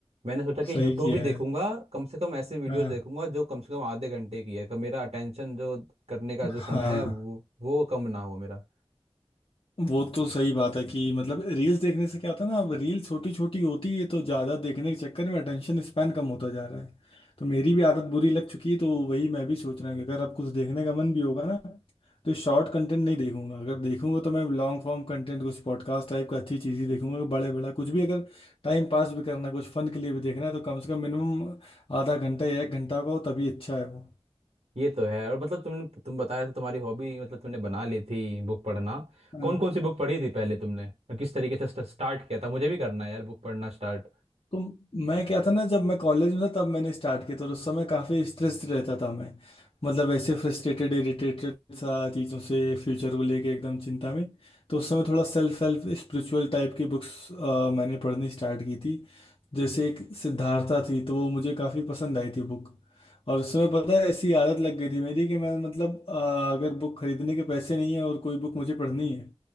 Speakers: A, on the right; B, on the left.
A: मैंने सोचा कि
B: सही
A: यूट्यूब
B: किया
A: भी देखूंगा
B: है
A: कम से कम ऐसी वीडियोस
B: हाँ
A: देखूंगा जो कम से कम आधे घंटे की है कि मेरा अटेंशन जो करने का जो समय
B: हाँ
A: है वो वो कम ना हो मेरा
B: वो तो सही बात है कि मतलब रील्स देखने से क्या होता है ना अब रील छोटी छोटी होती है तो ज़्यादा देखने के चक्कर में अटेंशन स्पैन कम होता जा रहा है तो मेरी भी आदत बुरी लग चुकी है तो वही मैं भी सोच रहा हूँ कि अगर अब कुछ देखने का मन भी होगा ना तो शॉर्ट कंटेंट नहीं देखूंगा अगर देखूंगा तो मैं लॉन्ग फॉर्म कंटेंट कुछ पॉडकास्ट टाइप का अच्छी चीज़ ही देखूंगा बड़े बड़ा कुछ भी अगर टाइम पास भी करना है कुछ फन के लिए भी देखना है तो कम से कम मिनिमम आधा घंटा या एक घंटा का हो तभी अच्छा है वो
A: ये तो है और मतलब तुम तुम बता रहे थे तुम्हारी हॉबी मतलब तुमने बना ली थी बुक पढ़ना
B: हाँ।
A: कौन कौन सी बुक पढ़ी थी पहले तुमने और किस तरीके से स्ट- स्टार्ट किया था मुझे भी करना है यार बुक पढ़ना स्टार्ट
B: तो मैं क्या था ना जब मैं कॉलेज में था तब मैंने स्टार्ट किया था और उस समय काफ़ी स्ट्रेस्ड रहता था मैं मतलब ऐसे फ्रस्ट्रेटेड इरिटेटेड सा चीज़ों से फ्यूचर को लेके एकदम चिंता में तो उस समय थोड़ा सेल्फ हेल्प स्पिरिचुअल टाइप की बुक्स मैंने पढ़नी स्टार्ट की थी जैसे एक सिद्धार्था थी तो वो मुझे काफ़ी पसंद आई थी बुक और उस समय पता है ऐसी आदत लग गई थी मेरी कि मैं मतलब अ, अगर बुक खरीदने के पैसे नहीं है और कोई बुक मुझे पढ़नी है